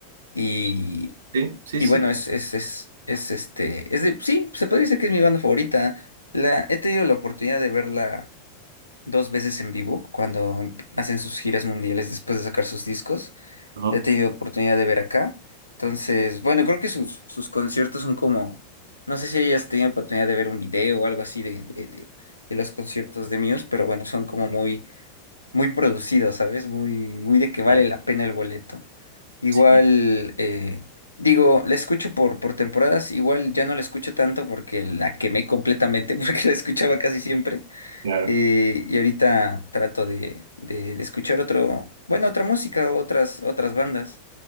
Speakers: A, on the left; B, on the right.
A: Y,
B: Sí, sí,
A: y
B: sí.
A: bueno, es, es, es, es este, es de, sí, se podría decir que es mi banda favorita. La, he tenido la oportunidad de verla dos veces en vivo cuando em- hacen sus giras mundiales después de sacar sus discos
B: Ajá.
A: he tenido oportunidad de ver acá. Entonces, bueno, creo que sus, sus conciertos son como, no sé si hayas tenido oportunidad de ver un video o algo así de, de, de- de los conciertos de Muse, pero bueno, son como muy, muy producidos, ¿sabes? Muy, muy de que vale
B: Claro.
A: la pena el boleto. Igual,
B: Sí,
A: eh, digo, la escucho por, por temporadas, igual ya no la escucho tanto porque la quemé completamente, <laughs> porque la escuchaba casi siempre.
B: claro.
A: Eh, y ahorita trato de, de, de escuchar otro, bueno, otra música, otras, otras bandas.